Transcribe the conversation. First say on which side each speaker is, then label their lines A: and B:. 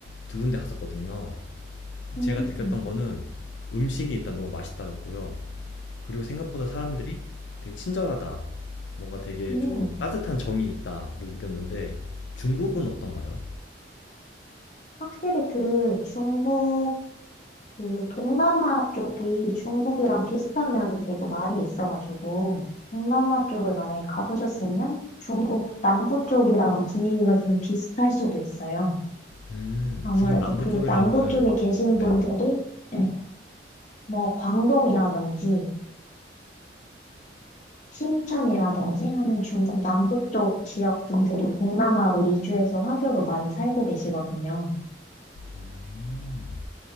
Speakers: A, on the left; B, on the left.
A: 두 군데 갔었거든요.
B: 음,
A: 제가 느꼈던 거는 음식이 일단 너무 맛있다였고요. 그리고 생각보다 사람들이 되게 친절하다. 뭔가 되게
B: 음.
A: 좀 따뜻한 정이 있다로 느꼈는데 중국은 어떤가요?
B: 확실히 그 중국, 그 동남아 쪽이 중국이랑 비슷한 면이 되게 많이 있어가지고 동남아 쪽을 만약에 가보셨으면 중국 남부 쪽이랑 분위기가 좀 비슷할 수도 있어요.
A: 음,
B: 아무래도
A: 중국 남부
B: 그
A: 쪽이라
B: 남부
A: 하면은
B: 쪽에 계신
A: 네.
B: 분들이 예, 뭐 광동이라든지 심천이라든지 하는 중국 남부 쪽 지역 분들이 동남아로 이주해서 화교로 많이 살고 계시거든요.
A: 음,